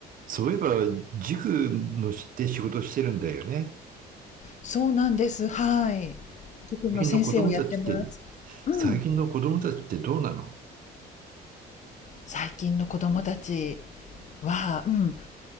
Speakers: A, on the right; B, on the left.
A: そういえば、塾のしで仕事してるんだよね。
B: そうなんです。はい。塾の先生をやってます。
A: 最近の子供たちって、
B: うん。
A: 最近の子供たちってどうなの
B: 最近の子供たちは、うん、